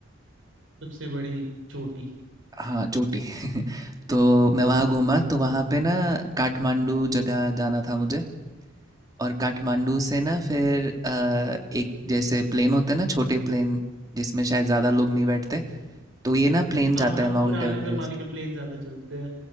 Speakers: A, on the right; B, on the right.
A: सबसे बड़ी चोटी
B: हाँ, चोटी।
A: <laughs>
B: <laughs> तो मैं वहाँ घूमा तो वहाँ पे ना काठमांडू जगह जाना था मुझे। और काठमांडू से ना फिर अ, एक जैसे प्लेन होते हैं ना छोटे प्लेन जिसमें शायद ज़्यादा लोग नहीं बैठते तो ये ना प्लेन
A: हाँ
B: जाता
A: वहाँ
B: है
A: पे
B: माउंट
A: पुराने
B: एवरेस्ट
A: जमाने के प्लेन ज्यादा चलते हैं